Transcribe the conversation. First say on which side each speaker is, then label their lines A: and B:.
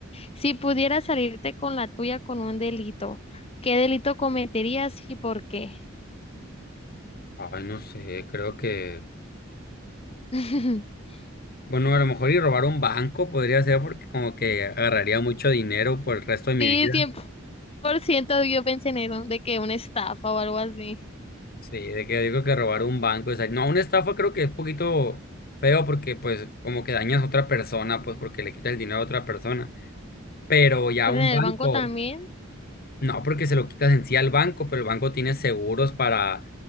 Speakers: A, on the left; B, on the left.
A: Si pudieras salirte con la tuya con un delito, ¿qué delito cometerías y por qué?
B: Ay, no sé, creo que,
A: <laughs>
B: bueno, a lo mejor ir a robar un banco podría ser porque como que agarraría mucho dinero por el resto de mi
A: Sí,
B: vida.
A: cien por ciento yo pensé en eso, de que una estafa o algo así.
B: Sí, de que digo que robar un banco, o sea, no, una estafa creo que es un poquito feo porque pues como que dañas a otra persona, pues porque le quitas el dinero a otra persona, pero ya
A: Pues
B: un
A: en el
B: banco,
A: banco también,
B: no, porque se lo quitas en sí al banco, pero el banco tiene seguros para,